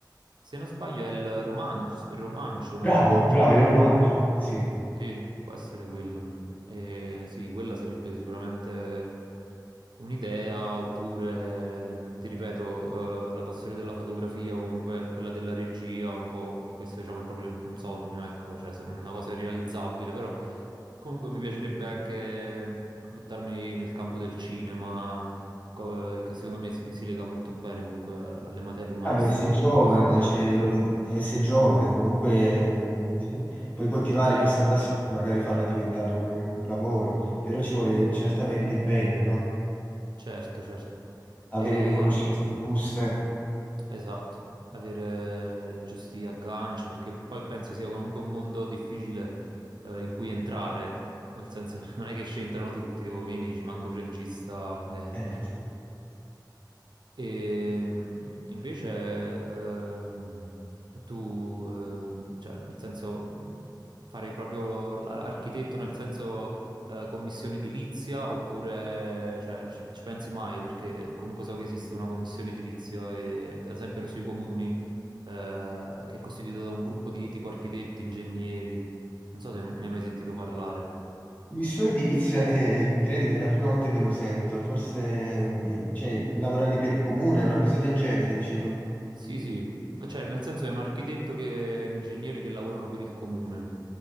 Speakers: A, on the right (about 75°); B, on the left (about 20°).
A: Se non sbaglio è il romanzo, il romancio,
B: bravo,
A: una cosa del genere.
B: bravo, il romancio, sì.
A: Sì, può essere quello. Eh, sì, quella sarebbe sicuramente un'idea, oppure, mh, ti ripeto, eh, la passione della fotografia o comunque quella della regia, un po' questo diciamo è proprio un sogno, ecco, cioè se- una cosa irrealizzabile, però comunque mi piacerebbe anche buttarmi nel campo del cinema, co- che secondo me si, si lega molto bene comunque alle materie umanistiche
B: Vabbè, sei giovane,
A: che ho studiato.
B: cioè, lo- eh, sei giovane, comunque <laughs> eh, puoi coltivare
A: Sì,
B: questa passione, magari farla diventare un un lavoro, però ci vuole certamente impegno, no?
A: certo, certo.
B: avere
A: E-
B: le conoscenze giuste.
A: esatto, avere eh, i giusti agganci, perché poi penso sia comunque un mondo difficile eh, in cui entrare, ecco. Nel senso, <laughs> non è che ci entrano tutti, o vieni, ci manca un regista, eh.
B: Eh,
A: E mh, invece, ehm, tu, ehm, cioè, nel senso, mh, farei proprio l'architetto nel senso eh, commissione edilizia oppure, cioè, ci, ci pensi mai? Perché comunque so che esiste una commissione edilizia, e, ad esempio sui comuni, eh, che è costituita da un gruppo di tipo architetti, ingegneri. Non so se ne hai mai sentito parlare.
B: missione edilizia, eh, Michele, è la prima volta che lo sento, forse eh, cioè,
A: Ok.
B: lavorare per il comune, una cosa del genere, dici tu.
A: Sì, sì, cioè nel senso è un architetto che è un ingegnere che lavorano per il comune.